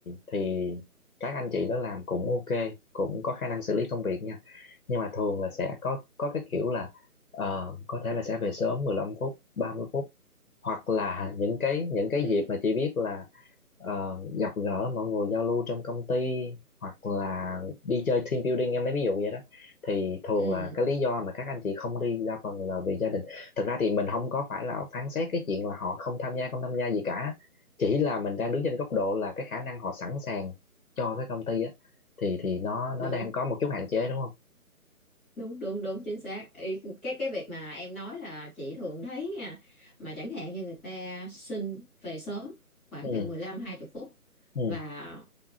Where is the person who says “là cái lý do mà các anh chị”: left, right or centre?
Left